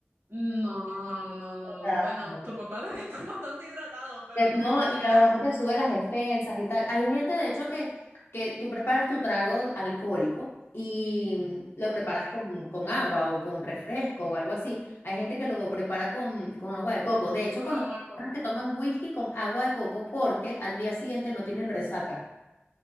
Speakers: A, on the right; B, on the left.
A: No, no, no,
B: O
A: no.
B: sea,
A: Bueno,
B: no.
A: tu papá <laughs> debe estar bastante hidratado, pero
B: Te-
A: no
B: No,
A: podría.
B: y la broma te sube las defensas y tal. Hay gente, de hecho, que, que tú preparas tu trago alcohólico y mm, lo preparas
A: Ok,
B: con, con agua o con refresco o algo así. Hay gente que lo prepara con, con agua de coco. De hecho,
A: no,
B: conozco
A: agua de
B: personas
A: coco.
B: que toman whisky con agua de coco porque al día siguiente no tienen resaca.